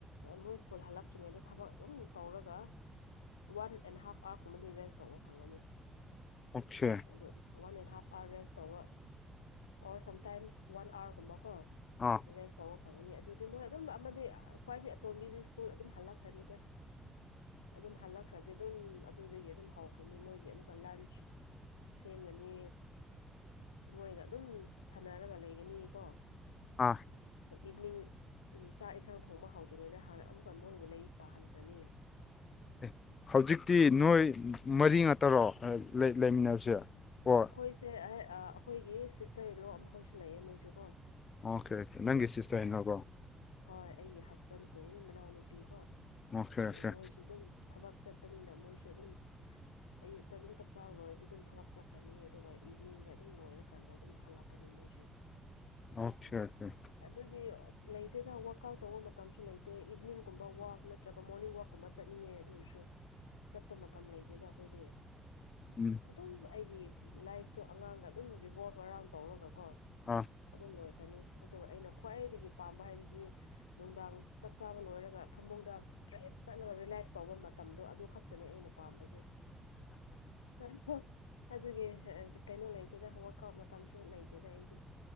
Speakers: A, on the left (about 80°); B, on the left (about 40°).
A: ꯃꯣꯏ ꯁ꯭ꯀꯨꯜ ꯍꯜꯂꯛꯇ꯭ꯔꯤꯉꯩ ꯑꯗ ꯊꯕꯛ ꯑꯗꯨꯝ ꯇꯧꯔꯒ ꯋꯥꯟ ꯑꯦꯟ ꯍꯥꯐ ꯑꯥꯔ ꯀꯨꯝꯕꯗꯤ ꯔꯦꯁ ꯇꯧꯕ ꯐꯪꯒꯅꯤ
B: ꯑꯆꯥꯦ
A: ꯑꯗꯨ one and half hour rest ꯇꯧꯕ ꯑꯣꯔ ꯁꯝꯇꯥꯏꯝꯁ ꯋꯥꯟ ꯑꯥꯋꯥꯔꯒꯨꯝꯕꯀꯣ
B: ꯑꯥ
A: ꯑꯣꯔꯦ ꯁ ꯐꯪꯒꯅꯤ ꯑꯗꯨꯗꯤ ꯃꯣꯏ ꯑꯗꯨꯝ ꯑꯃꯗꯤ ꯈ꯭ꯋꯥꯏꯗꯒꯤ ꯑꯇꯣꯟꯝꯕꯤꯗꯨ ꯁ꯭ꯀꯨꯜ ꯑꯗꯨꯝ ꯍꯜꯂꯛꯈ꯭ꯔꯅꯤꯗ ꯑꯗꯨꯝ ꯍꯜꯂꯛꯈ꯭ꯔꯗꯤ ꯑꯗꯨꯝ ꯑꯗꯨꯗꯒꯤ ꯑꯗꯨꯝ ꯍꯧꯈ꯭ꯔꯅꯤ ꯃꯣꯏꯒꯤ ꯑꯃꯨꯛꯀ ꯂꯟꯆ ꯁꯦꯝꯒꯅꯤ ꯃꯣꯏꯒ ꯑꯗꯨꯝ ꯁꯥꯟꯅꯔꯒ ꯂꯩꯒꯅꯤꯀꯣ
B: ꯑꯥ
A: ꯏꯚꯅꯤꯡ ꯎꯝ ꯆꯥꯛ ꯏꯟꯁꯥꯡ ꯊꯣꯡꯕ ꯍꯧꯗ꯭ꯔꯤꯉꯩꯗ ꯍꯥꯟꯅ ꯑꯃꯨꯛꯀ ꯃꯣꯏꯕꯨ ꯂꯥꯏꯔꯤꯛ ꯄꯥꯍꯟꯈ꯭ꯔꯅꯤ
B: ꯑꯦ ꯍꯧꯖꯤꯛꯇꯤ ꯅꯣꯏ ꯃꯔꯤ ꯉꯥꯛꯇꯔꯣ ꯂꯩꯃꯤꯟꯅꯕꯁꯦ ꯍꯣꯏ
A: ꯑꯩꯈꯣꯏꯁꯦ ꯑꯩꯈꯣꯏꯒꯤ ꯁꯤꯁꯇꯔ ꯏꯠꯂꯣ ꯑꯃꯈꯣꯏꯁꯨ ꯂꯩꯌꯦꯦ ꯃꯣꯏꯁꯨ ꯀꯣ
B: ꯑꯣꯀꯦ ꯑꯣꯀꯦ ꯅꯪꯒꯤ ꯁꯤꯁꯥꯏꯅꯣꯕꯣ
A: ꯍꯣꯏ ꯑꯩꯒꯤ ꯍꯁꯕꯦꯟ ꯀꯨꯏ ꯏ ꯃꯅꯥꯎꯅꯨꯄꯤꯀꯣ
B: ꯑꯣꯀꯦ
A: ꯑꯗ
B: ꯑꯣꯀꯦ
A: ꯃꯣꯏꯁꯨ ꯑꯗꯨꯝ ꯊꯕꯛ ꯆꯠꯄꯅꯤꯅ ꯃꯣꯏꯁꯨ ꯑꯗꯨꯝ ꯑꯌꯨꯛꯇ ꯑꯗꯨꯝ ꯆꯥꯛꯆꯥꯍꯧꯔꯨꯔꯗꯤ ꯑꯗꯨꯝ ꯊꯕꯛ ꯆꯠꯈ꯭ꯔꯅꯤ ꯑꯗꯨꯒ ꯏꯚꯤꯅꯤꯡꯗ ꯑꯗꯨꯝ ꯂꯣꯏꯔꯀꯥꯟꯗ ꯑꯗꯨꯝ ꯍꯜꯂꯛꯀꯅꯤ ꯃꯣꯏꯁꯨ
B: ꯑꯆꯥ ꯑꯆꯥ
A: ꯑꯗꯨꯒꯤ ꯂꯩꯇꯦꯗ ꯋꯥꯋꯔꯛ ꯑꯥꯎꯠ ꯇꯧꯕ ꯃꯇꯝꯁꯨ ꯂꯩꯇꯦ ꯏꯚꯅꯤꯡꯒꯨꯝꯕ ꯋꯥꯛ ꯅꯠꯇ꯭ꯔꯒ ꯃꯣꯔꯅꯤꯡ ꯋꯥꯛꯀꯨꯝꯕ ꯆꯠꯅꯤꯡꯉꯦ ꯑꯗꯨꯁꯨ ꯆꯠꯄ ꯃꯇꯝ ꯂꯩꯇꯦꯗ ꯑꯩꯈꯣꯏꯗꯤ
B: ꯎꯝ
A: ꯑꯗꯨꯝ ꯑꯩꯒꯤ ꯂꯥꯏꯐꯇꯣ ꯑꯉꯥꯡꯒ ꯑꯗꯨꯝ ꯔꯤꯚꯣꯜꯕ ꯑꯔꯥꯎꯟ ꯇꯧꯔꯒꯀꯣ
B: ꯑꯥ
A: ꯑꯗꯨꯝ ꯂꯣꯏꯈ꯭ꯔꯦ ꯈ꯭ꯔꯅꯤ ꯑꯗꯨꯒ ꯑꯩꯅ ꯈ꯭ꯋꯥꯏꯗꯒꯤ ꯄꯥꯝꯕ ꯍꯥꯏꯕꯁꯤꯗꯤ ꯅꯨꯡꯗꯥꯡ ꯆꯥꯛ ꯆꯥꯕ ꯂꯣꯏꯔꯒ ꯐꯃꯨꯡꯗ ꯏꯁꯇ꯭ꯔꯦꯠ ꯆꯠꯂ ꯔꯤꯂꯦꯛꯁ ꯇꯧꯕ ꯃꯇꯝꯗꯣ ꯑꯗꯨ ꯈꯛꯇꯅꯦ ꯑꯩꯅ ꯄꯥꯝꯕꯁꯦ ꯍ ꯐ ꯑꯗꯨꯒꯤ ꯀꯩꯅꯣ ꯂꯩꯇꯦꯗ ꯋꯥꯔꯛ ꯑꯥꯎꯠ ꯃꯇꯝꯁꯨ ꯂꯩꯇꯦꯗ ꯑꯩꯗꯤ